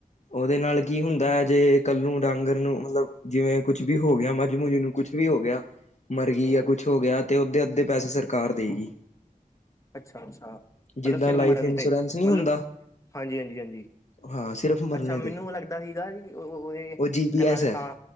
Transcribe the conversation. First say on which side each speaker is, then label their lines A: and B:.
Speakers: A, on the left; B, on the left.
A: ਉਹਦੇ ਨਾਲ ਕੀ ਹੁੰਦਾ ਐ ਜੇ ਕੱਲ ਨੂੰ ਡਾਂਗਰ ਨੂੰ ਮਤਲਬ ਜਿਵੇਂ ਕੁਛ ਵੀ ਹੋ ਗਿਆ ਮਝ-ਮੁਝ ਨੂੰ ਕੁਛ ਵੀ ਹੋ ਗਿਆ। ਮਰ ਗਈ
B: ਹੂੰ
A: ਤਾਂ ਕੁਛ ਹੋ ਗਿਆ ਤੇ ਓਧੇ ਅੱਧੇ ਪੈਸੇ ਸਰਕਾਰ ਦੇਗੀ।
B: ਅੱਛਾ-ਅੱਛਾ
A: ਜਿੱਦਾਂ
B: ਮਤਲਬ ਸਿਰ
A: ਲਾਈਫ
B: ਮਰਨ
A: ਇੰਸ਼ੋਰੈਂਸ
B: ਤੇ
A: ਨਹੀਂ
B: ਮਤਲਬ
A: ਹੁੰਦਾ
B: ਹਾਂਜੀ, ਹਾਂਜੀ, ਹਾਂਜੀ।
A: ਹਾਂ ਸਿਰਫ ਮਰਨੇ
B: ਅੱਛਾ ਮੈਨੂੰ
A: ਤੇ
B: ਲੱਗਦਾ ਸੀਗਾ ਕਿ ਉਹ ਉਹਦੇ
A: ਉਹ ਜੀ ਪੀ
B: ਕੰਨਾਂ
A: ਐਸ
B: ਤੇ
A: ਹੈ
B: ਤਾਂ